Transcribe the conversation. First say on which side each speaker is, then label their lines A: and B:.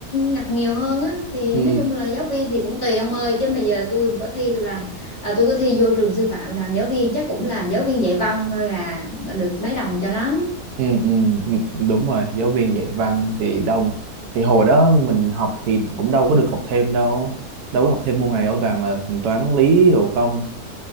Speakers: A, on the left (about 50°); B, on the right (about 85°).
A: ngặt nghèo hơn á thì
B: ừ
A: nói chung là giáo viên thì cũng tùy ông ơi chứ mà giờ tôi mà có thi tôi làm à, tôi có thi vô trường sư phạm làm giáo viên chắc cũng làm giáo viên dạy văn thôi à mà được mấy đồng cho lắm
B: ừ ừ ừ, đúng rồi giáo viên dạy văn thì đâu thì hồi đó mình học thì cũng đâu có được học thêm đâu đâu có học thêm môn này đâu toàn là toán lý đồ không